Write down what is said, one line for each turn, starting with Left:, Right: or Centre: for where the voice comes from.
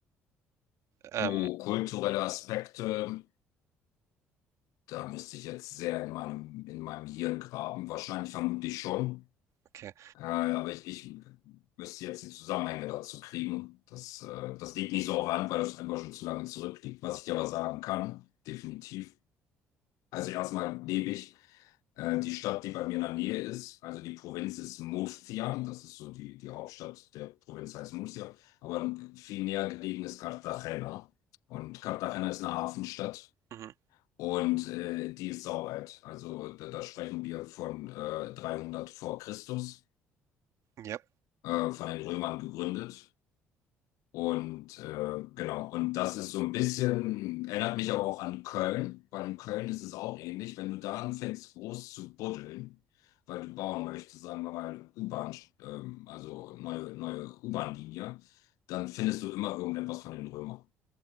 Right: Ähm,
Left: Oh, kulturelle Aspekte, da müsste ich jetzt sehr in meinem, in meinem Hirn graben. Wahrscheinlich vermutlich schon.
Right: okay.
Left: Äh, aber ich, ich müsste jetzt die Zusammenhänge dazu kriegen. Das, äh, das liegt nicht so auf der Hand, weil das einfach schon zu lange zurückliegt. Was ich dir aber sagen kann, definitiv. Also erstmal lebe ich äh, die Stadt, die bei mir in der Nähe ist. Also die Provinz ist Murcia. Das ist so die, die Hauptstadt der Provinz heißt Murcia. Aber viel näher gelegen ist Cartagena. Und Cartagena ist eine Hafenstadt.
Right: Mhm.
Left: Und äh, die ist saualt. Also da, da sprechen wir von äh, 300 vor Christus,
Right: Ja,
Left: äh, von den Römern gegründet. Und äh, genau, und das ist so ein bisschen, erinnert mich aber auch an Köln, weil in Köln ist es auch ähnlich, wenn du da anfängst, groß zu buddeln, weil du bauen möchtest, sagen wir mal, U-Bahn, ähm, also neue, neue U-Bahn-Linie, dann findest du immer irgendetwas von den Römern.